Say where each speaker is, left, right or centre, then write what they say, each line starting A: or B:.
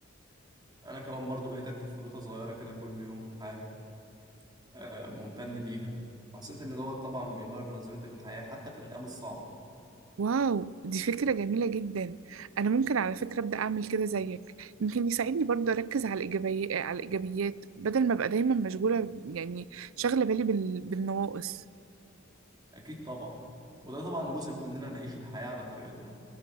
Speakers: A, on the right; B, on the right.
A: أنا كمان برضو بقيت أكتب في نوتة صغيرة كده كل يوم حاجة آه، ممتن ليها وحسيت إن دوت طبعا بيغير نظرتي للحياة حتى في الأيام الصعبة
B: واو دي فكره جميله جدا انا ممكن على فكره ابدا اعمل كده زيك يمكن يساعدني برضه اركز على الايجابيه على الايجابيات بدل ما ابقى دايما مشغوله يعني شاغله بالي بال... بالنواقص
A: أكيد طبعا وده طبعا جزء مننا نعيش الحياة على طريقتنا